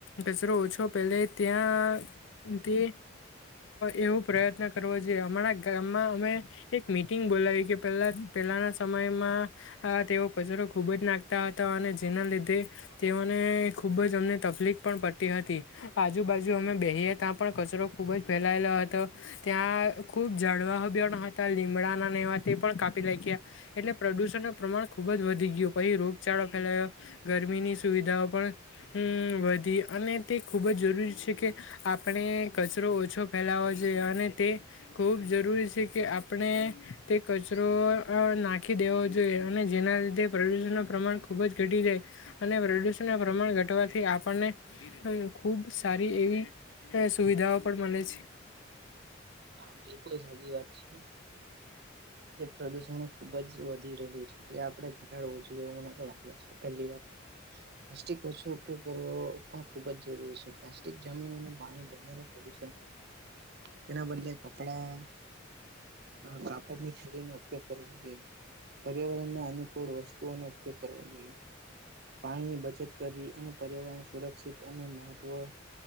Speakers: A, on the left; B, on the right.
A: કચરો ઓછો પહેલે ત્યાં તે એવો પ્રયત્ન જોઈએ અમારા ગામમાં અમે એક મીટિંગ બોલાવી કે પેલા પેલાના સમયમાં. આ તેઓ કચરો ખૂબ જ નાખતા હતા. અને જેના લીધે તેઓને ખુબ જ અમને તકલીફ. પણ પડતી હતી આજુબાજુ અમે બેહીએ ત્યાં પણ કચરો ખુબ જ ફેલાયેલો હતો. ત્યાં ખૂબ જળવાહબણ હતા. લીમડાના નેવા તે પણ કાપી લઈ ગયા એટલે પ્રદૂષણ. પ્રમાણ ખુબ જ વધી ગયું પછી રોગચળો ફેલાયો ગરમીની સુવિધાઓ પણ હમમમ. વધી અને તે ખૂબ જ જરૂરી છે. કે આપણે કચરો ઓછો ફેલાવો જોઈએ અને. તે ખૂબ જરૂરી છે કે આપણે તે કચરો નાખી ી દેવ જોઈએ અને જેના લીધે પ્રદૂષણ ન પ્રમાણ ખુબ જ ઘટી જાય. અને પ્રદૂષણ ન પ્રમાણ. થી આપણને ખુબ સારી એવી સુવિધાઓ પણ મળે છે. <inaudible>
B: હા બિલકુલ સાજીી વાત છે. એ પ્રદુષણબ. ખુબ જ વધી રહ્યું છે જે આપણેે ઘટાડવું જોઈએ એવ મ લાગે પેલી વાત. પ્લાસ્ટિક ઓછો ઉપયોગ કરવો પણ ખુબ જ જરૂરી છે. પ્લાસ્ટિક જમીનો ન પાણી બ પ્રે તેના બદલે કપડા. હ કાપડ ની ખીડી નો ઉપયોગ કરવો જોઈએ. પર્યાવરણને અનુકૂળ વસ્તુઓનો ઉપયોગ કરવાો જોઈએ. પાણીની બચત કરવી અને પર્યાવરણ સુરક્ષિત અને મહત્વ